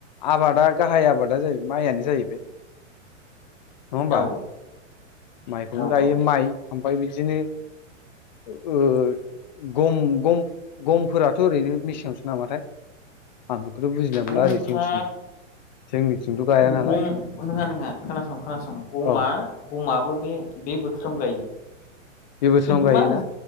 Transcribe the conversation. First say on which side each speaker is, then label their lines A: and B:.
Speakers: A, on the left; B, on the left.
A: आबादा गाहाय आबादा जाहैबाय माइआनो जाहैबाय, नंङा होमबा
B: औ
A: माइखौनो
B: औ
A: गायो
B: औ
A: माइ ओमफ्राय बिदिनो, औ ओ गम गम गमफोराथ' ओरैनो मेसेङावसो नामाथाय, आं बेखौथ' बुजिना मोनला
B: गमफा
A: ओरै जोंनिथिं जोंनिथिंथ' गाया नालाय
B: गम नोंङा नोंङा खोनासं खोनासं गमा
A: औ
B: गमा, बो बे बे बोथोरावनो गायो,
A: बे बोथोराव
B: खिन्थु
A: गायोना?
B: मा